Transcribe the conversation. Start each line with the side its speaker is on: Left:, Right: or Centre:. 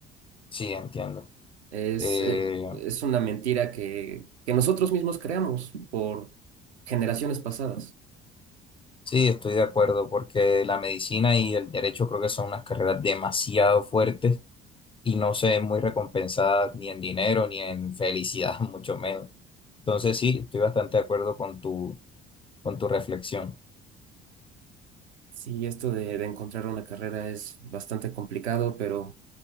Left: Sí, entiendo.
Right: Es,
Left: Eh,
Right: eh, es una mentira que, que nosotros mismos creamos por generaciones pasadas.
Left: sí, estoy de acuerdo porque la medicina y el derecho creo que son unas carreras demasiado fuertes y no se ven muy recompensadas ni en dinero ni en felicidad, <laughs> mucho menos. Entonces sí, estoy bastante de acuerdo con tu con tu reflexión,
Right: Sí, esto de, de encontrar una carrera es bastante complicado, pero